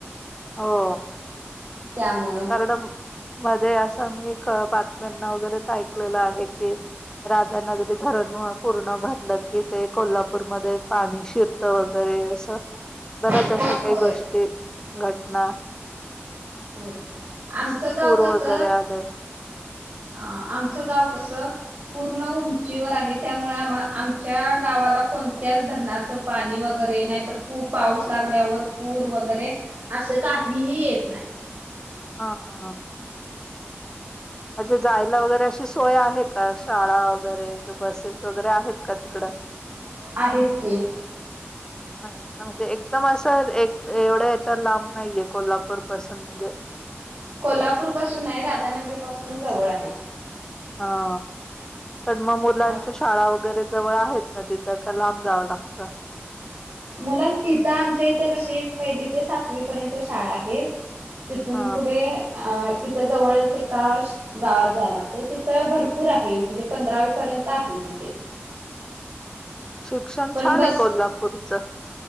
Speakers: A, on the left; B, on the right.
A: हो.
B: त्यामुळं
A: कारण मध्ये असं मी बातम्यांना वगैरेच ऐकलेलं आहे की राधानगरी धरण पूर्ण भरलं की ते कोल्हापूरमध्ये पाणी शिरतं वगैरे अस बऱ्याच
B: होय
A: अशा
B: होय
A: काही गोष्टी घटना
B: होय आमचं
A: अस
B: गाव
A: पूर
B: कस.
A: वगैरे आले
B: ह आमचं गाव कसं पूर्ण उंचीवर आहे त्यामुळे आम्हा आमच्या गावाला कोणत्याच धरणाचं पाणी वगैरे नाहीर पाऊस लागल्यावर पूर वगैरे असं काहीही येत नाही.
A: हा हा हा. म्हणजे जायला वगैरे अस. ची सोय आहे का शाळा वगैरे बसेस वगैरे आहेत का तिकड.
B: आहेत की
A: आहेत म्हणजे एकदम असं एक एवढ्या ह्याच्या लांब नाहीये कोल्हापूर पासून म्हणजे
B: कोल्हापूर पासून नाही राधानगरी पासून जवळ आहे.
A: हा पण मग मुलांच्या
B: अस
A: शाळा वगैरे जवळ आहेत ना तिथं का लांब जावं लागत.
B: मुलां इथं आमच्या इथं कशी पहिली ते सातवी पर्यंत शाळा आहे. तिथून
A: हा
B: पुढे इथं जवळच एका गावात जायला लागतय तिथं भरपूर आहे म्हणजे पंधरावी पर्यंत आहे तिथे. <unintelligible>
A: शिक्षण
B: पण
A: छान
B: बस
A: आहे कोल्हापूरचं.